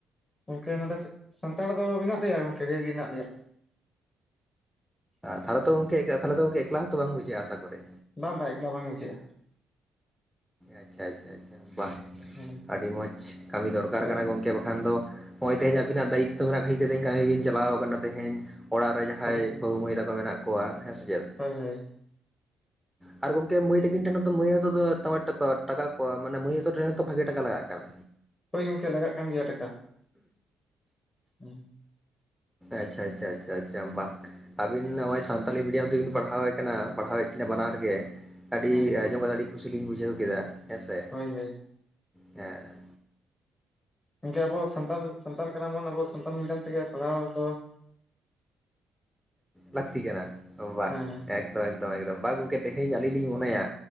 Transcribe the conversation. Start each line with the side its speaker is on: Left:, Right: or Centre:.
Left: ᱜᱚᱢᱠᱮ ᱱᱚᱰᱮ ᱥᱟᱱᱛᱟᱲ ᱫᱚ ᱢᱮᱱᱟᱜ ᱞᱮᱭᱟ ᱜᱚᱢᱠᱮ ᱰᱷᱮᱨ ᱜᱮ ᱢᱮᱱᱟᱜ ᱞᱮᱭᱟ᱾
Centre: ᱛᱟᱦᱚᱞᱮ ᱛᱚ ᱜᱚᱢᱠᱮ, ᱛᱟᱦᱚᱞᱮ ᱛᱚ, ᱮᱠᱞᱟ ᱦᱚᱸᱛᱚ ᱵᱟᱝ ᱵᱩᱡᱟᱹᱜᱼᱟ ᱟᱥᱟ ᱠᱚᱨᱤ?
Left: ᱵᱟᱝ ᱵᱟᱝ ᱮᱠᱞᱟ ᱵᱟᱝ ᱵᱩᱡᱷᱟᱹᱜᱼᱟ᱾
Centre: ᱟᱪᱪᱷᱟᱻ ᱟᱪᱪᱷᱟᱻ ᱟᱪᱪᱷᱟᱻ, ᱵᱟ
Left: ᱦᱮᱸ
Centre: ᱟᱹᱰᱤ ᱢᱚᱸᱡᱽ ᱠᱟᱹᱢᱤ ᱫᱚᱨᱠᱟᱨ
Left: ᱦᱳᱭ
Centre: ᱠᱟᱱᱟ, ᱜᱚᱢᱠᱮ ᱵᱟᱠᱷᱟᱱ ᱫᱚ ᱱᱚᱜ ᱚᱭ ᱛᱮᱦᱮᱧ ᱟᱵᱤᱱᱟᱜ ᱫᱟᱭᱤᱛᱚ ᱢᱮᱱᱟᱜ ᱠᱷᱟᱹᱛᱤᱨ ᱛᱮ, ᱛᱮᱦᱮᱧ ᱠᱟᱹᱢᱤ ᱵᱤᱱ ᱪᱟᱞᱟᱣ ᱠᱟᱱᱟ ᱛᱮᱦᱮᱧ ᱚᱲᱟᱜ ᱨᱮ ᱡᱟᱦᱟᱸᱭ
Left: ᱦᱳᱭ
Centre: ᱵᱟᱵᱩ ᱢᱟᱹᱭ ᱛᱟᱠᱚ ᱢᱮᱱᱟᱜ ᱠᱚᱣᱟ ᱦᱮᱸ ᱥᱮ ᱪᱮᱫ?
Left: ᱦᱳᱭᱻ ᱦᱳᱭᱻ᱾
Centre: ᱟᱫᱚ ᱜᱚᱝᱠᱮ ᱢᱟᱹᱭ ᱛᱟᱠᱤᱱ ᱴᱷᱮᱱ ᱦᱚᱛᱚ ᱫᱚᱢᱮ ᱴᱟᱠᱟ ᱞᱟᱜᱟᱜ ᱠᱟᱱᱟ᱾ᱫᱚᱢᱮ ᱴᱟᱠᱟ ᱞᱟᱜᱟᱜ ᱠᱟᱱᱟ᱾
Left: ᱦᱳᱭ ᱜᱚᱝᱠᱮ ᱞᱟᱜᱟᱜ ᱠᱟᱱ ᱜᱮᱭᱟ ᱴᱟᱠᱟ᱾ ᱩᱸ <unintelligible>
Centre: ᱟᱪᱪᱷᱟᱻ ᱟᱪᱪᱷᱟᱻ ᱟᱪᱪᱷᱟᱻ ᱟᱪᱪᱷᱟᱻ ᱵᱟᱠ᱾ ᱟᱹᱵᱤᱱ ᱱᱚᱜᱼᱚᱭ ᱥᱟᱱᱛᱟᱞᱤ ᱢᱤᱰᱤᱭᱟᱢ ᱛᱮᱵᱤᱱ ᱯᱟᱲᱦᱟᱣᱮ ᱠᱟᱱᱟ, ᱯᱟᱲᱦᱟᱣᱮᱫ ᱠᱤᱱᱟ ᱵᱟᱱᱟᱨ ᱜᱮ ᱟᱹᱰᱤ
Left: ᱦᱳᱭ ᱦᱳᱭ
Centre: ᱟᱸᱡᱚᱢ ᱠᱟᱛᱮ ᱟᱹᱰᱤ ᱠᱩᱥᱤᱞᱤᱧ ᱵᱩᱡᱷᱟᱹᱣ ᱠᱮᱫᱟ ᱦᱮᱸ ᱥᱮ᱾
Left: ᱦᱳᱭᱻ ᱦᱳᱭᱻ, ᱾
Centre: ᱮᱸᱻ᱾
Left: ᱩᱸ ᱜᱝᱠᱮ ᱟᱵᱚ ᱥᱟᱱᱛᱟᱞ ᱥᱟᱱᱛᱟᱞ ᱠᱟᱱᱟ ᱵᱚᱱ ᱟᱵᱚ ᱥᱟᱱᱛᱟᱞ ᱢᱤᱰᱤᱭᱟᱢ ᱛᱮᱜᱮ ᱯᱟᱲᱦᱟᱣ ᱫᱚ᱾ <inaudible>
Centre: ᱞᱟᱹᱠᱛᱤ ᱠᱟᱱᱟ ᱵᱟ
Left: ᱦᱮᱸ ᱦᱮᱸ
Centre: ᱮᱠᱫᱚᱢ ᱮᱠᱫᱚᱢ ᱮᱠᱫᱚᱢ ᱵᱟ ᱜᱚᱢᱠᱮ ᱛᱮᱦᱮᱧ ᱟᱹᱞᱤᱧ ᱞᱤᱧ ᱢᱚᱱᱮᱭᱟ᱾